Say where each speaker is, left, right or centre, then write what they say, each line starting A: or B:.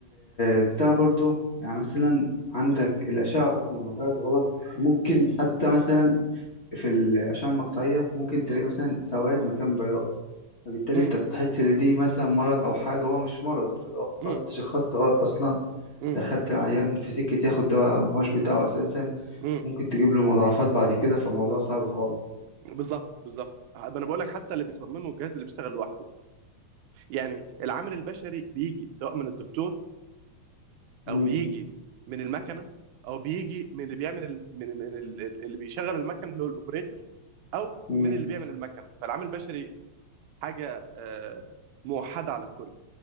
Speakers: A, on the left; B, on the right.
A: البتاع برضو يعني مثلا عندك
B: مم.
A: الأشعة أصلا لما طلعت غلط ممكن حتى مثلا في الأشعة المقطعية ممكن تلاقي
B: مم.
A: مثلا سواد مكان بياض فبالتالي
B: مم.
A: أنت بتحس إن دي مثلا مرض أو حاجة هو مش مرض فاللي هو خلاص
B: مم.
A: تشخصت غلط أصلا
B: مم.
A: دخلت العيان في سكة ياخد دواء مش بتاعه أساسا
B: مم.
A: ممكن تجيب له مضاعفات بعد كده فالموضوع صعب خالص
B: بالظبط بالظبط ما انا بقول لك حتى اللي بيصممه الجهاز اللي بيشتغل لوحده يعني العامل البشري بيجي سواء من الدكتور
A: مم.
B: او بيجي من المكنه او بيجي من اللي بيعمل ال- من من ال- ال- اللي بيشغل المكنه اللي هو الاوبريتور او
A: مم.
B: من اللي بيعمل المكنه فالعامل البشري حاجه آه، موحده على الكل